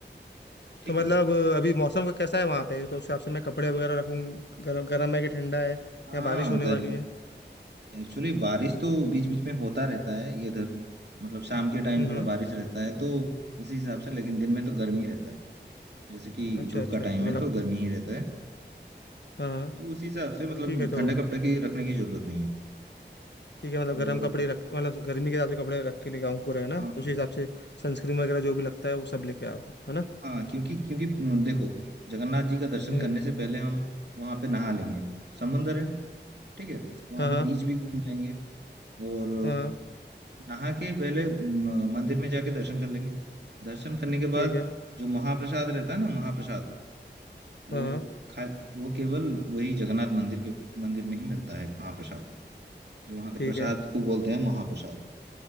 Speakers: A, on the right (about 65°); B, on the left (about 70°).
A: ठीक
B: तो मतलब
A: है
B: अ, अभी मौसम का कैसा है वहाँ पे तो उस हिसाब से मैं कपड़े वगैरह रखूँ गर्म गर्म है कि ठंडा है
A: हाँ
B: या बारिश होने
A: गर
B: वाली है
A: एक्चुअली बारिश तो बीच बीच में होता रहता है इधर मतलब शाम के टाइम
B: हम्म
A: थोड़ा बारिश रहता है तो उसी हिसाब से लेकिन दिन में तो गर्मी रहता है जैसे कि
B: अच्छा
A: धूप
B: अच्छा
A: का टाइम
B: तो मतलब
A: है तो गर्मी ही रहता है
B: हाँ हाँ
A: तो उसी हिसाब से मतलब
B: ठीक है तो
A: ठंडा कपड़ा की रखने की जरूरत नहीं है
B: ठीक है मतलब
A: और
B: गर्म कपड़े रख मतलब गर्मी के हिसाब से कपड़े रख के लेके आऊँ पूरे है ना
A: हाँ हाँ
B: उसी हिसाब से सनस्क्रीन वगैरह जो भी लगता है वो सब लेके आऊँ है ना
A: हाँ क्योंकि क्योंकि देखो जगन्नाथ जी का दर्शन
B: हम्म
A: करने से पहले हम वहाँ पे नहा लेंगे समुंदर है ठीक है वहाँ
B: हाँ
A: पे
B: हाँ
A: बीच भी घूम लेंगे और
B: हाँ हाँ,
A: अ, नहा के पहले म, मंदिर में जाके दर्शन कर लेंगे दर्शन करने के
B: ठीक
A: बाद
B: है
A: जो महाप्रसाद रहता है ना महाप्रसाद वो
B: हाँ हाँ
A: खा वो केवल वही जगन्नाथ मंदिर के मंदिर में ही मिलता है महाप्रसाद जो वहाँ के
B: ठीक
A: प्रसाद
B: है
A: को बोलते हैं महाप्रसाद